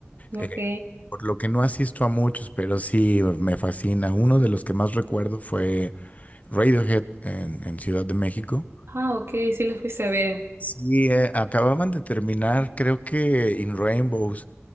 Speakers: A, on the right (about 75°); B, on the left (about 35°).
A: Ok.
B: eh, por lo que no asisto a muchos, pero sí me fascina. Uno de los que más recuerdo fue Radiohead en, en Ciudad de México.
A: Ah, ok, sí los fuiste a ver.
B: Sí, eh, acababan de terminar, creo que In Rainbows.